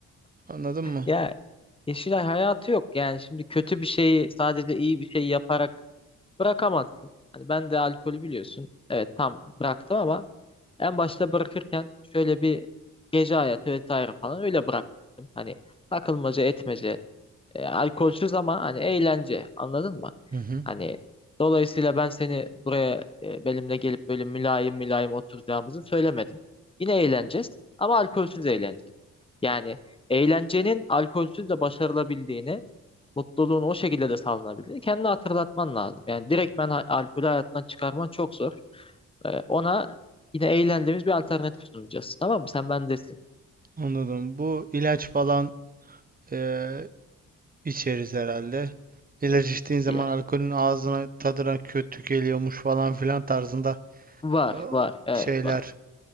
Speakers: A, on the right (about 25°); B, on the left (about 15°).
A: Anladın mı?
B: Ya Yeşilay hayatı yok yani şimdi kötü bir şeyi sadece iyi bir şey yaparak bırakamazsın. Hani ben de alkolü biliyorsun. Evet tam bıraktım ama En başta bırakırken şöyle bir gece hayatı vesaire falan öyle bıraktım. Hani takılmaca etmece, e, alkolsüz ama hani eğlence anladın mı?
A: Hı hı.
B: Hani dolayısıyla ben seni buraya e, benimle gelip böyle mülayim mülayim oturacağımızı söylemedim. Yine eğleneceğiz ama alkolsüz eğleneceğiz. Yani eğlencenin alkolsüz de başarılabildiğini Mutluluğunu o şekilde de sağlanabilir. Kendini hatırlatman lazım. Yani direkt ben alkolü hayatından çıkarman çok zor. Ee, ona yine eğlendiğimiz bir alternatif sunacağız. Tamam mı? Sen bendesin.
A: Anladım. Bu ilaç falan eee, içeriz herhalde. İlaç içtiğin zaman
B: Ya,
A: alkolün ağzına tadına kötü geliyormuş falan filan tarzında
B: var,
A: eee,
B: var. Evet,
A: şeyler.
B: var.